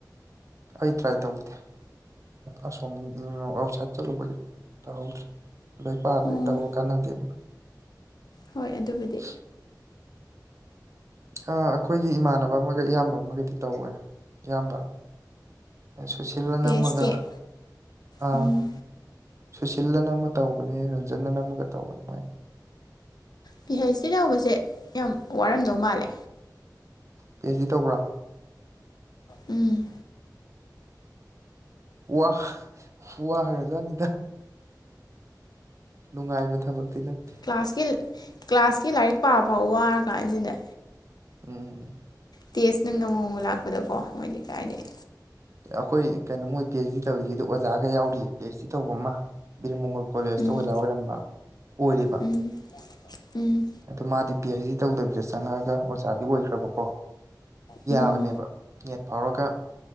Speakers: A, on the right; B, on the left.
A: ꯑꯩ ꯇ꯭ꯔꯥꯏ ꯇꯧꯗꯦ ꯑꯁꯣꯝ ꯑꯥꯎꯠꯁꯥꯏꯠ ꯆꯠꯂꯨꯕꯒꯤ ꯇꯧꯍꯧꯗ꯭ꯔꯦ ꯂꯥꯏꯔꯤꯛ ꯄꯥꯗ꯭ꯔꯗꯤ
B: ꯑꯣ
A: ꯇꯧꯕ ꯀꯥꯟꯅꯗꯦꯅ
B: ꯍꯣꯏ ꯑꯗꯨꯕꯨꯗꯤ
A: <inaudible> ꯑ ꯑꯩꯈꯣꯏꯒꯤ ꯏꯃꯥꯟꯅꯕ ꯑꯃꯒ ꯏꯌꯥꯝꯕ ꯑꯃꯒꯗꯤ ꯇꯧꯋꯦ ꯏꯌꯥꯝꯕ ꯑ ꯁꯨꯁꯤꯜꯂꯅ
B: ꯄꯤ
A: ꯑꯃꯒ
B: ꯑꯩꯆ ꯗꯤ
A: ꯑꯥ
B: ꯎꯝ
A: ꯁꯨꯁꯤꯜꯂꯅ ꯑꯃ ꯇꯧꯕꯅꯦ ꯔꯟꯖꯟꯑꯅ ꯑꯃꯒ ꯇꯧꯕꯅꯦ ꯃꯣꯏ ꯑꯅꯤ
B: ꯄꯤꯍꯩꯁꯇꯤ ꯅ ꯇꯧꯕꯁꯦ ꯌꯥꯝ ꯋꯥꯔꯝꯗꯧ ꯃꯥꯜꯂꯦ
A: ꯄꯦ ꯑꯩꯁ ꯗꯤ ꯇꯧꯕꯔꯣ
B: ꯎꯝ
A: ꯋꯥ ꯋꯥꯒ꯭ꯔꯥꯖꯥꯠꯅꯤꯗ ꯅꯨꯡꯉꯥꯏꯕ ꯊꯕꯛꯇꯤ ꯅꯠꯇꯦ
B: ꯀ꯭ꯂꯥꯁꯀꯤ ꯀ꯭ꯂꯥꯁꯀꯤ ꯂꯥꯏꯔꯤꯛ ꯄꯥꯕ ꯐꯥꯎ ꯋꯥꯔ ꯀꯥꯟꯁꯤꯗ
A: ꯎꯝ
B: ꯇꯦꯁ ꯅꯨꯡ ꯑꯃꯃꯝ ꯂꯥꯛꯄꯗꯀꯣ ꯃꯣꯏꯗꯤ ꯀꯥꯏꯗꯩ
A: ꯑꯩꯈꯣꯏ ꯀꯩꯅꯣ ꯃꯣꯏ ꯄꯤ ꯑꯩꯆ ꯗꯤ ꯇꯧꯔꯤꯁꯤꯗ ꯑꯣꯖꯥꯒ ꯌꯥꯎꯔꯤꯌꯦ ꯄꯤ ꯑꯩꯆ ꯗꯤ ꯇꯧꯕ ꯑꯃ ꯕꯤꯔ ꯃꯪꯒꯣꯜ ꯀꯣꯂꯦꯖꯇ
B: ꯎꯝ
A: ꯑꯣꯖꯥ ꯑꯣꯏꯔꯝꯕ ꯑꯣꯏꯔꯤꯕ
B: ꯎꯝ ꯎꯝ
A: ꯑꯗꯣ ꯃꯥꯗꯤ ꯄꯤ ꯑꯩꯆ ꯗꯤ ꯇꯧꯗꯕꯤꯗ ꯆꯪꯉꯛꯑꯒ ꯑꯣꯖꯥꯗꯤ ꯑꯣꯏꯈ꯭ꯔꯥꯕꯀꯣ
B: ꯎꯝ
A: ꯌꯥꯕꯅꯦꯕ ꯅꯦꯠ ꯐꯥꯎꯔꯒ